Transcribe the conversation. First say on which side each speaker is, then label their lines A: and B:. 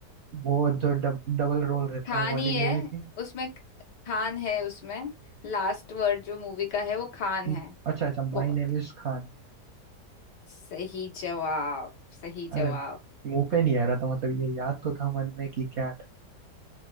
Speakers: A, on the right; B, on the left.
A: वो जो डब, डबल रोल रहता
B: खान
A: है वो वाली
B: ही है
A: मूवी थी
B: उसमें क- खान है उसमें लास्ट वर्ड जो मूवी का है वो खान
A: हम्म,
B: है
A: अच्छा अच्छा माई
B: बहुत
A: नेम
B: ही
A: इज खान
B: सही जवाब सही जवाब
A: अरे मुंह पे नहीं आ रहा था मतलब ये याद तो था मन में कि क्या